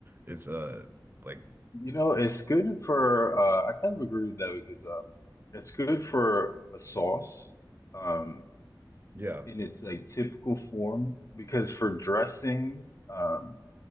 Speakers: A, on the right; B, on the left.
A: It's uh like
B: You know, it's good for uh I kind of agree with that because um it's good for a sauce um
A: yeah.
B: in its like typical form because for dressings um